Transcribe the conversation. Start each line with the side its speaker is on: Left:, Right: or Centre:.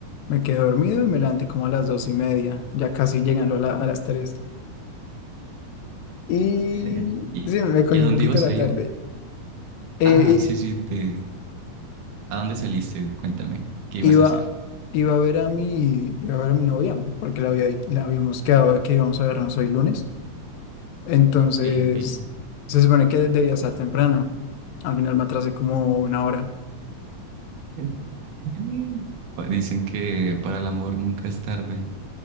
Left: Me quedé dormido y me levanté como a las dos y media, ya casi llegando a, la- a las tres. Y
Right: <laughs> Eh, ¿Y,
Left: sí, me cogí
Right: y a
Left: un
Right: dónde
Left: poquito
Right: ibas
Left: la
Right: a
Left: tarde.
Right: ir?
Left: Eh,
Right: Ah, sí, sí, te... ¿A dónde saliste? Cuéntame, ¿qué
Left: i-
Right: ibas
Left: iba,
Right: a hacer?
Left: iba a ver a mi, iba a ver a mi novia, porque la, había, la habíamos quedado de que íbamos a vernos hoy lunes. Entonces,
Right: Ok, ok.
Left: se supone que debía estar temprano. Al final me atrasé como una hora.
Right: <laughs> Pa- Dicen que para el amor nunca es tarde.